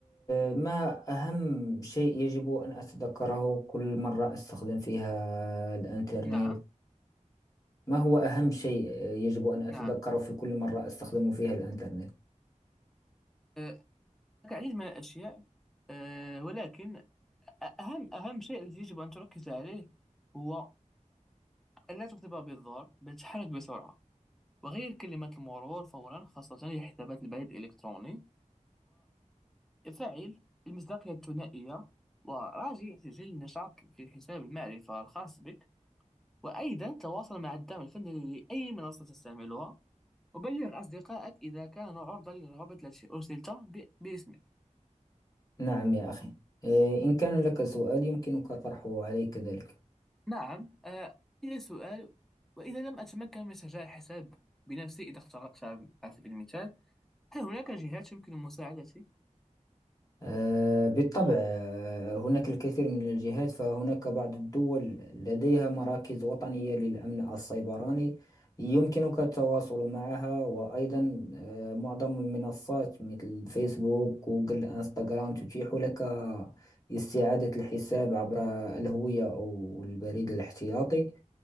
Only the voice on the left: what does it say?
آه، ما أهم شيء يجب أن أتذكره كل مرة أستخدم فيها الإنترنت
ما هو أهم شيء يجب أن أتذكره
في كل مرة أستخدم فيها الإنترنت
نعم يا أخي آه، إن كان لك سؤال يمكنك طرحه علي كذلك
آه، بالطبع آه، هناك الكثير من الجهات فهناك بعض الدول لديها مراكز وطنية للأمن السيبراني يمكنك التواصل معها وأيضا آه، معظم المنصات مثل فيسبوك جوجل انستغرام تتيح لك استعادة الحساب عبر الهوية أو البريد الاحتياطي